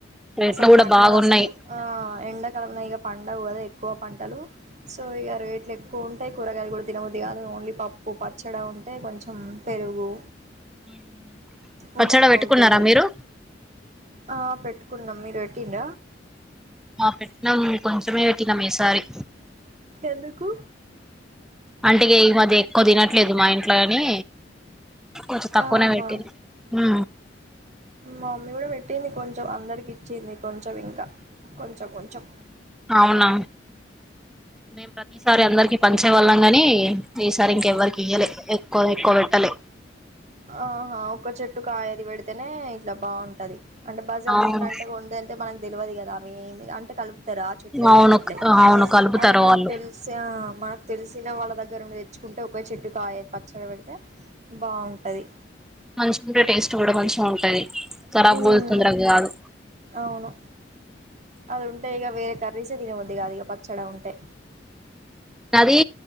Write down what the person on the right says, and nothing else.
అసలు
పండవు
అసలు ఆ ఎండాకాలంన ఇగ పండవు గదా ఎక్కువ పంటలు సో ఇగ రేట్లు ఎక్కువ ఉంటాయి కూరగాయలు కూడా తినబుద్ది కాదు ఓన్లీ పప్పు పచ్చడి అ ఉంటే కొంచెం పెరుగు
ఉంటే తినబుద్ది
అయితది
ఆ పెట్టుకున్నాం మీరు పెంటిండ
ఎందుకు
ఆహా
మమ్మీ కూడా పెట్టింది కొంచం అందరికి ఇచ్చింది కొంచం ఇంకా కొంచం కొంచం
ఆహా ఒకట్ చెప్ <unintelligible> కాయది పెడితేనే ఇట్లా బాగుంటది అంటే బజార్
నుండి అంటే ఉండేంతే మనకి తెల్యది కదా ఆమి అంటే కలు ఎక్తారు ఆ చెట్లే
ఈ చెట్లే
అదే మాక్
తెల్సిన మాక్ తెలిసిన వాళ్ళ దగ్గర <unintelligible> తెచ్చుకుంటే ఒకే చెట్టు కాయద్ పచ్చగా పెడ్ అయితే బాగుంటది
ఉమ్
అవును అది ఉంటే ఇక వేరే కర్రీసే తిన బుద్ది గాదు ఇగా పచ్చడా ఉంటే